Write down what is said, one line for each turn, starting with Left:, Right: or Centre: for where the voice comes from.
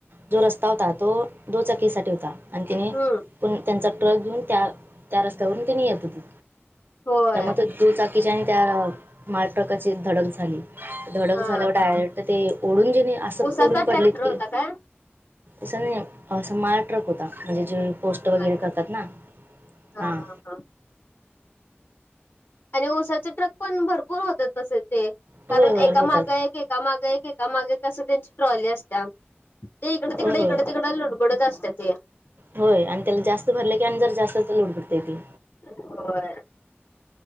Right: जो रस्ता होता तो दोचाकीसाठी होता. आणि तिने
Left: हम्म
Right: पण त्यांचा ट्रक घेऊन त्या त्या रस्त्यावरून तिने येत होती.
Left: होय
Right: त्यामुळे दुचाकीच्या आणि त्या माल ट्रकाची धडक झाली. धडक
Left: हा
Right: झालं डायरेक्ट ते ओढून जेणे असं
Left: उसाचा
Right: ओढून पडलेत
Left: ट्रॅक्टर
Right: की.
Left: होता काय
Right: स नाही. हो असं मार ट्रक होता म्हणजे जे पोस्ट वगैरे
Left: हा
Right: करतात ना
Left: हा
Right: हां.
Left: हा. आणि उसाचे ट्रक पण भरपूर होत तसे ते
Right: होय
Left: कारण
Right: होय
Left: एका
Right: होतात
Left: माग. एक एका मागे एकका मागे कस त्यांची ट्रॉली असत. ते इकडे
Right: होय
Left: तिकडे
Right: होय
Left: इकडे तिकड आो गडत असते ते.
Right: होय आणि त्याला जास्त भरलं की अ जर जास्तच लोड पडतेय त ते.
Left: होय.